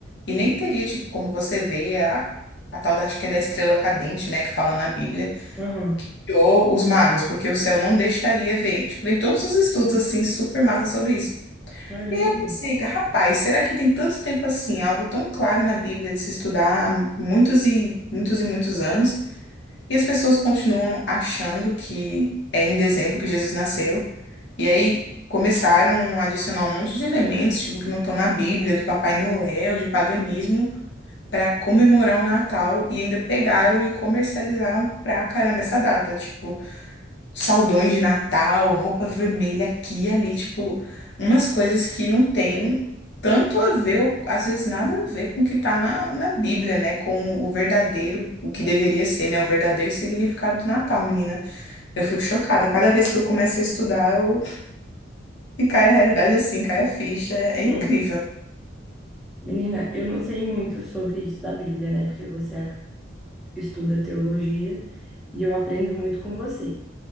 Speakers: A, on the left (about 65°); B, in the centre.
A: e nem teria, tipo, como você vê a, a tal da, acho que é da estrela cadente, né, que fala na Bíblia,
B: Aham.
A: ou os magos, porque o céu não deixaria ver. Tipo, tem todos os estudos assim super massa sobre isso.
B: Caramba.
A: E aí eu pensei,
B: <laughs>
A: rapaz, será que tem tanto tempo assim, algo tão claro na Bíblia de se estudar há muitos e muitos e muitos anos? E as pessoas continuam achando que é em dezembro que Jesus nasceu. E aí começaram a adicionar um monte de elementos, tipo, que não estão na Bíblia, do Papai Noel, de paganismo, para comemorar o Natal. E ainda pegaram e comercializaram pra caramba essa data. Tipo, saldões de Natal, roupa vermelha aqui e ali, tipo, umas coisas que não tem tanto a ver, ou às vezes nada a ver com o que tá na, na Bíblia, né? Com o verdadeiro, o que deveria ser, né? O verdadeiro significado do Natal, menina. Eu fico chocada. Cada vez que eu começo a estudar, eu... e cai a realidade assim, cai a ficha. É, é incrível.
B: Hum. Menina, eu não sei muito sobre isso da Bíblia, né? Porque você ac- estuda teologia e eu aprendo muito com você.